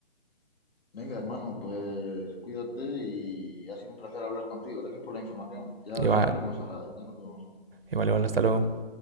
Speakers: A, on the left; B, on the right.
A: Venga, hermano, pues cuídate y ha sido un placer hablar contigo. Gracias por la información. Ya,
B: Igual,
A: ya nos vemos, ahora, ya nos vemos.
B: igual, igual, hasta luego.